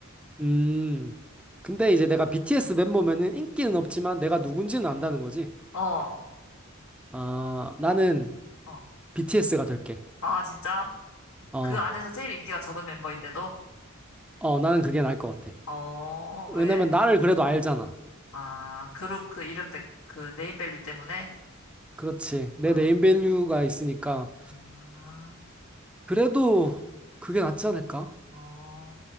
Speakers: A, in the centre; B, on the left (about 80°).
A: 음. 근데 이제 내가 BTS 멤버면은 인기는 없지만 내가 누군지는 안다는 거지.
B: <laughs> 어,
A: 아, 나는
B: 어.
A: BTS가 될게.
B: 아, 진짜?
A: 어,
B: 그 안에서 제일 인기가 적은 멤버인데도?
A: 어, 나는 그게 나을 것 같아.
B: 어, 왜?
A: 왜냐면 나를 그래도 알잖아.
B: 아, 그룹 그 이름, 때- 그 네임밸류 때문에?
A: 그렇지. 내
B: 아.
A: 네임밸류가 있으니까.
B: 음, 아,
A: 그래도 그게 낫지 않을까?
B: 어,